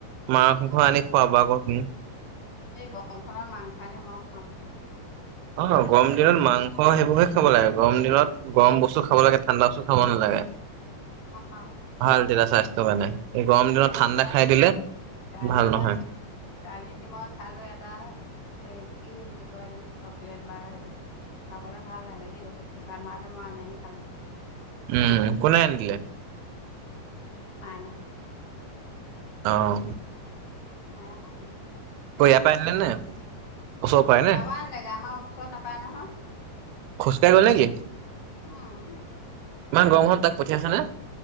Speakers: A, on the right; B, on the left.
A: মাংস আনি খোৱাব আক।
B: এই গৰম খনত মাংস আনি মই খুৱাম।
A: অ গৰম দিনত মাংস সেইবোৰ হে খাব লাগে গৰম দিনত গৰম বস্তু খাব লাগে ঠাণ্ডা বস্তু খাব নালাগে। <unintelligible>
B: অ
A: ভাল তেতিয়া স্বাস্থ্যৰ কাৰণে এই গৰম
B: কালি
A: দিনত ঠাণ্ডা
B: মই
A: খাই দিলে।
B: কালি
A: ভাল
B: মই
A: নহয়
B: কালি মই খালো এটা এই কি বুলি কয় জানো চকলেট বাৰ সেইটো খাবলৈ ভাল লাগে দেই ওচৰ দোকান হোৱা হ'লে মই আনি আনি খালো হেঁতেন। <unintelligible>
A: উম কোনে আনি দিলে।
B: মাইনাই
A: আহ
B: মাইনাই আনি দিলে।
A: অ ইয়াৰ পৰাই আনিলে নে? ওচৰৰ পৰাই
B: চেন্টাৰ
A: নে
B: পৰা আনিলেগে আমাৰ ওচৰত নাপায় নহয়।
A: খোজকাঢ়ি গল নেকি?
B: উম।
A: ইমান গৰমখনত তাক পঠিয়াইছেনে।